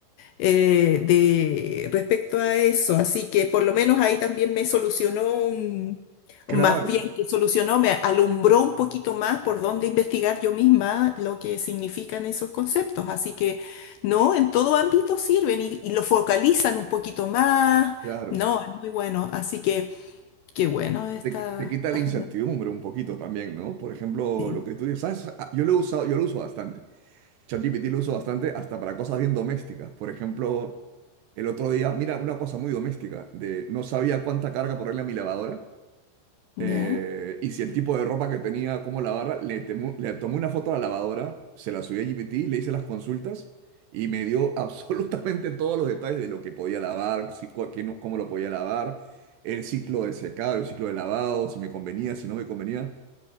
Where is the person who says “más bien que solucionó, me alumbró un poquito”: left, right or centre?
Left